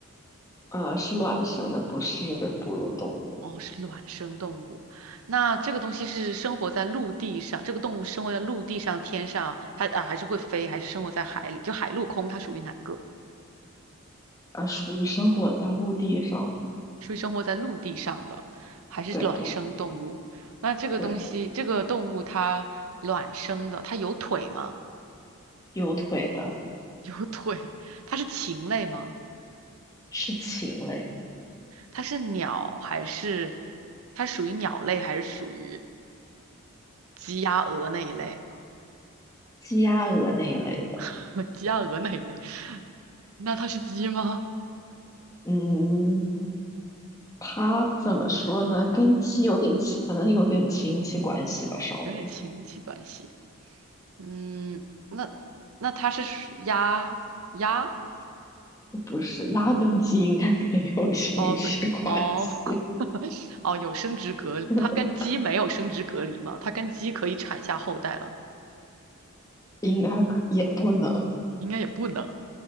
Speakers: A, on the left; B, on the right.
A: 呃，是卵生的，不是哺乳动物，
B: 哦，是卵生动物。那这个东西是生活在陆地上，这个动物生活在陆地上、天上，它啊还是会飞，还是生活在海里？就海陆空，它属于哪个？
A: 呃，属于生活在陆地上的。
B: 属于生活在陆地上的，还是卵生动物？
A: 对对
B: 那这个东西，
A: 对，
B: 这个动物它卵生的，它有腿吗？
A: 有腿的，
B: <laughs> 有腿。它是禽类吗？
A: 是禽类，
B: 它是鸟还是它属于鸟类还是属于鸡鸭鹅那一类？
A: 鸡鸭鹅那一类的。
B: <laughs> 鸡鸭鹅那一类？<laughs> 那它是鸡吗？
A: 嗯，它怎么说呢？跟鸡有点亲，可能有点亲戚关系吧，稍微。
B: 有点亲戚关系。嗯，那那它是属鸭鸭
A: 不是，鸭跟鸡应该没有亲戚关系，
B: 哦，对哦 <laughs> 哦，有生殖隔离，
A: <laughs>
B: 它跟鸡没有生殖隔离吗？它跟鸡可以产下后代吗？
A: 应该可也不能，
B: 应该也不能。